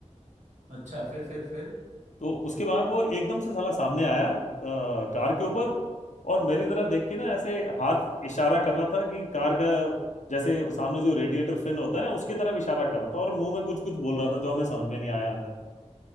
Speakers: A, on the right (about 75°); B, on the left (about 85°).
A: अच्छा फिर फिर फिर
B: तो उसके बाद वो एकदम से साला सामने आया अ, कार के ऊपर और मेरी तरफ देख के ना ऐसे हाथ इशारा कर रहा था कि कार का जैसे सामने जो रेडिएटर फिन होता है ना उसकी तरफ इशारा कर रहा था और मुंह में कुछ कुछ बोल रहा था जो हमें समझ में नहीं आया अंदर